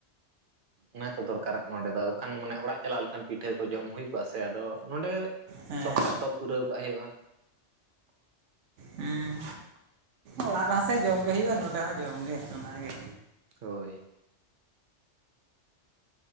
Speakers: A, on the right; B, on the right.
A: ᱚᱱᱟ ᱛᱚ ᱫᱚᱨᱠᱟᱨᱚᱜ ᱠᱟᱱᱟ ᱱᱚᱸᱰᱮ ᱫᱚ ᱵᱟᱠᱷᱟᱱ ᱢᱟᱱᱮ ᱚᱲᱟᱜ ᱪᱟᱞᱟᱣ ᱞᱮᱱᱠᱷᱟᱱ ᱯᱤᱴᱷᱟᱹ ᱠᱚ ᱡᱚᱢ ᱦᱩᱭ ᱠᱚᱜᱼᱟ ᱥᱮ ᱟᱫᱚ ᱱᱚᱸᱰᱮ
B: ᱦᱮᱸ
A: ᱥᱚᱠᱴᱟᱜ ᱫᱚ ᱯᱩᱨᱟᱹᱣ ᱠᱟᱜ ᱦᱩᱭᱩᱜᱼᱟ
B: ᱦᱮᱸ ᱚᱲᱟᱜ ᱨᱮᱦᱚᱸ ᱥᱮ ᱡᱚᱢᱜᱮ ᱦᱩᱭᱩᱜᱼᱟ ᱱᱚᱸᱰᱮ ᱦᱚᱸ ᱡᱚᱢᱜᱮ ᱚᱱᱟᱜᱮ
A: ᱦᱳᱭ